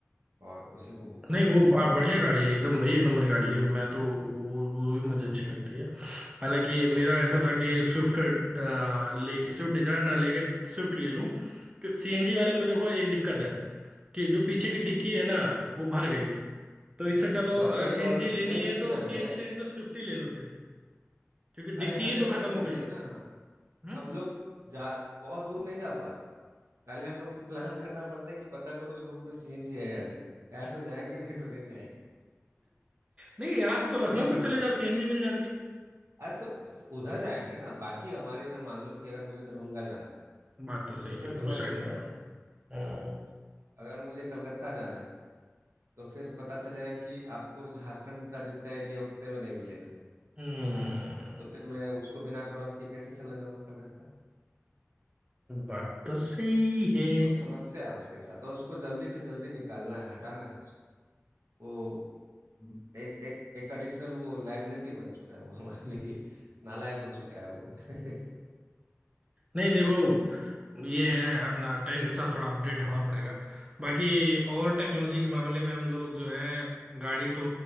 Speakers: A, on the right (about 80°); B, on the right (about 25°).
A: और उसी को बुक करना
B: नहीं वो
A: है
B: आप बढ़िया गाड़ी है एकदम एक नंबर गाड़ी है मैं तो वो, वो, वो भी मुझे अच्छी लगती है हालांकि मेरा ऐसा था कि स्विफ्ट लेके स्विफ्ट डिजायर ना लेके स्विफ्ट ले लूं सीएनजी वाले में तो देखो एक दिक्कत है कि जो पीछे की डिक्की है ना वो भर गई तो इससे अच्छा तो
A: भर
B: अगर
A: गई
B: सीएनजी
A: और
B: लेनी
A: नहीं मिलती
B: है तो
A: हर
B: सीएनजी
A: जगह
B: लेनी है तो स्विफ्ट ही ले लो फिर क्योंकि
A: अरे
B: डिक्की
A: हर
B: ही
A: जगह
B: तो खत्म
A: नहीं मिल
B: हो गई
A: रही ना हाँ
B: हम्म
A: हम लोग जा बहुत दूर नहीं जा पाते पहले हम लोग को प्लान करना पड़ता है कि पता करो उस रूट में सीएनजी है या नहीं है तो जाएंगे नहीं तो नहीं जाएंगे
B: नहीं यहाँ से तो लखनऊ
A: ये
B: तो
A: दिक्कत
B: चले जाओ सीएनजी मिल जाती है
A: अरे तो उस- उधर जाएंगे ना बाकी हमारे इधर मान लो कि अगर मुझे दरभंगा जाना है
B: बात तो सही
A: तो फिर
B: है
A: तो
B: उस
A: मैं
B: साइड
A: नहीं जा
B: में
A: पाऊंगा
B: हम्म
A: अगर मुझे कलकत्ता जाना है तो फिर पता चलेगा कि आपको झारखंड का जितना एरिया उतने में नहीं मिलेगा
B: हम्म,
A: तो फिर मैं उसको बिना क्रॉस किए कैसे चला जाऊंगा कलकत्ता
B: बात तो
A: है
B: सही
A: ना
B: है
A: तो समस्या है उसके साथ और उसको जल्दी से जल्दी निकालना है हटाना है वो एक एक एक एडिशनल वो लाइबिलिटी बन चुका है वो हमारे लिए नालायक हो चुका है वो <laughs>
B: नहीं देखो ये है अपना टाइम के साथ थोड़ा अपडेट होना पड़ेगा बाकी और टेक्नोलॉजी के मामले में हम लोग जो है गाड़ी तो